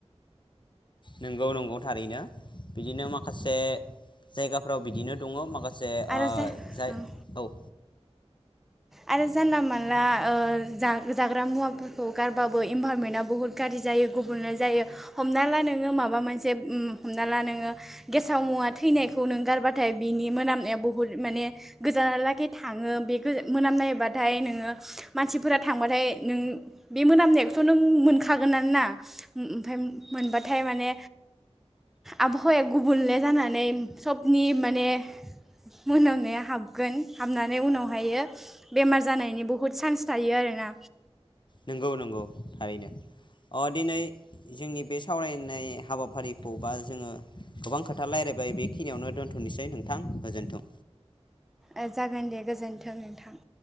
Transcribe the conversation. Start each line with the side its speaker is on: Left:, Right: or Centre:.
Left: नंगौ नंगौ थारैनो बिदिनो माखासे जायगाफ्राव बिदिनो दङ माख जे
Centre: आरो
Left: ओ
Centre: जा
Left: जाय औ
Centre: आरो जानला मानला ओ जागो-जाग्रा मुवाफोरखौ गारबाबो इनभारमेन्टआ बुहुत गारजि जायो गुबुनल जायो हमना ला नोङो माबा मोनसे उम हमना ला नोङो गेसाव मुवा थैनायखौ नों गारबाथाय बिनि मोनामनाया बुहुद माने गोजानलागै थाङो बे मोनामनायबाथाय नोङो मानसिफोरा थांबाथाय नों बे मोनामनायखौथ' नों मोनखागोन आना उ उ ओमफफ्राय मोनबाथाय माने आबहावाया गुबुनले जानानै सबनि माने मोनामनाया हाबगोन हाबनानै उनावहायो बेमार जानायनि बुहुत चान्स थायो आरोना।
Left: नंगौ नंगौ थारैनो अ दिनै जोंनि बे सावरायनाय हाबाफारिखौ बा जोङो गोबां खोथा रायलायबाय बिक खिनियावनो दोनथ'नोसै नोंथां गोजोन्थों।
Centre: ए जागोन दे गोजोन्थों नोंथां।